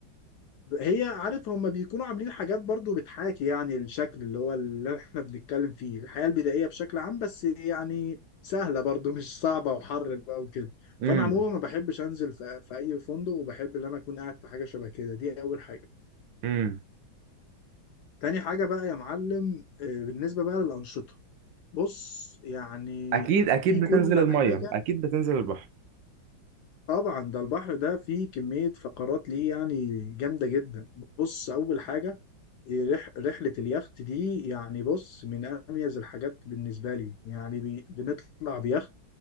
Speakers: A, on the left; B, on the right.
A: هي عارف هم بيكونوا عاملين حاجات برضو بتحاكي يعني الشكل اللي هو اللي احنا بنتكلم فيه الحياة البدائية بشكل عام بس يعني سهلة برضو مش صعبة وحر بقى وكده
B: امم
A: فانا عموما ما بحبش انزل في, في اي فندق وبحب ان انا اكون قاعد في حاجة شبه كده دي اول حاجة
B: امم
A: تاني حاجة بقى يا معلم آه، بالنسبة بقى للأنشطة بص يعني
B: اكيد اكيد
A: في
B: بتنزل
A: كل
B: الميه
A: حاجة
B: اكيد بتنزل البحر
A: طبعا ده البحر ده فيه كمية فقرات ليه يعني جامدة جدا بص أول حاجة إيه، رح- رحلة اليخت دي يعني بص من أميز الحاجات بالنسبة لي يعني بي... بنطلع بيخت